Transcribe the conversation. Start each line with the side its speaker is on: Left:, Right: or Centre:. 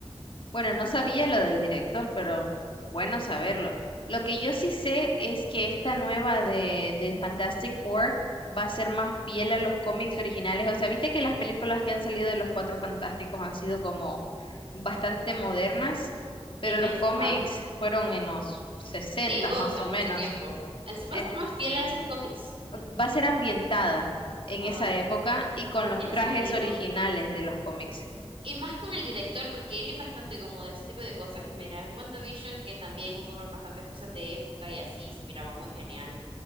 Left: Bueno, no sabía lo del director, pero bueno saberlo. Lo que yo sí sé es que esta nueva de, de Fantastic Four va a ser más fiel a los cómics originales. O sea, viste que las películas que han salido de los Cuatro Fantásticos han sido como bastante modernas, pero
Right: Sí, me
Left: los
Right: he fijado.
Left: cómics fueron en los 60
Right: Sí, uh,
Left: más
Right: o sea,
Left: o
Right: mucho
Left: menos.
Right: tiempo. ¿Se puede
Left: Eh,
Right: ser más fiel a esos cómics?
Left: va a ser ambientada en
Right: Ay,
Left: esa época y con los
Right: tiene
Left: trajes
Right: sentido.
Left: originales de los cómics.
Right: Y más con el director, porque él es bastante como de ese tipo de cosas. Y mira, en WandaVision, que también hubo bastantes cosas de época y así, se miraba muy genial.